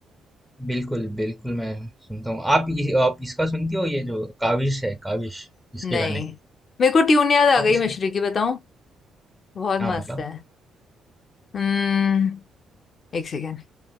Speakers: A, in the centre; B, on the left.
A: बिल्कुल बिल्कुल मैं सुनता हूँ आप इस, आप इसका सुनती हो ये जो काविश है काविश इसके
B: नहीं
A: गाने
B: मेरे को ट्यून याद आ
A: आप
B: गई
A: इसके
B: मिश्री की बताऊं बहुत
A: हाँ
B: मस्त
A: बताओ
B: है हम्म एक सेकेंड